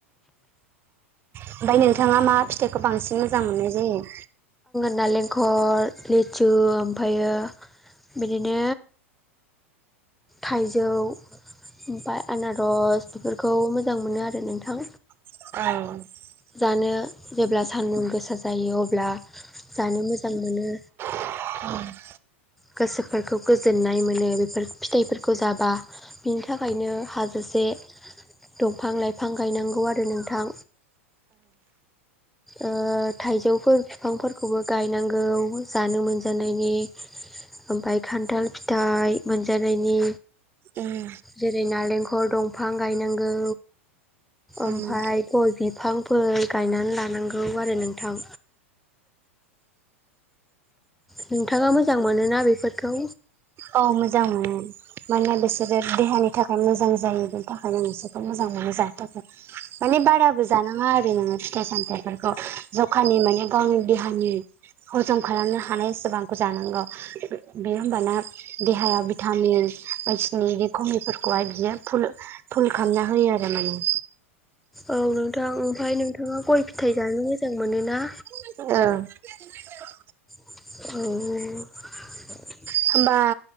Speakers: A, on the right; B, in the centre.
A: ओमफ्राय नोंथाङा मा फिथाइखौ बांसिन मोजां मोननाय जायो?
B: नालेंखर लिथु ओमफ्रायो बिदिनो थाइजौ ओमफाय आनारस बेफोरखौ मोजां मोनो आरो नोंथां।
A: औ
B: जानो जेब्ला सान्दुं गोसा जायो अब्ला जानो मोजां मोनो
A: <unintelligible>
B: गोसोफोरखौ गोजोननाय मोनो बेफोर फिथाइफोरखौ जाबा बिनि थाखायनो हाजो एसे दंफां लाइफां गायनांगौ आरो नोंथां ओ थाइजौफोर बिफांफोरखौबो गायनांगौ जानो मोनजानायनि ओमफ्राय खान्थाल फिथाइ मोनजानायनि
A: उम
B: जेरै नालेंखर दंफां गायनांगौ ओमफ्राय
A: उम
B: गय बिफांफोर गायनानै लानांगौ औ आरो नोंथां। नोंथाङा मोजां मोनोना बेफोरखौ?
A: औ मोजां मोनो मानोना बिसोरो देहानि थाखाय मोजां जायो बेनि थाखायनो बिसोरखौ मोजां मोनो। मोजां थाखाय माने बाराबो जानाङा आरो नोङो फिथाइ सामथफोरखौ जखानि माने आं देहानि हजम खालामनो हानायसेबांखौ जानांगौ बे होमबा ना देहायाव भिटामिन बायदिनि बि खमिफोरखौहाय बिदियो फुल फुल खालामना होयो। जार न <inaudible>
B: औ नोंथां ओमफ्राय नोंथाङा गय फिथाइ जानो मोजां मोन ना
A: ओ <unintelligible>
B: आरो <inaudible>
A: होमबा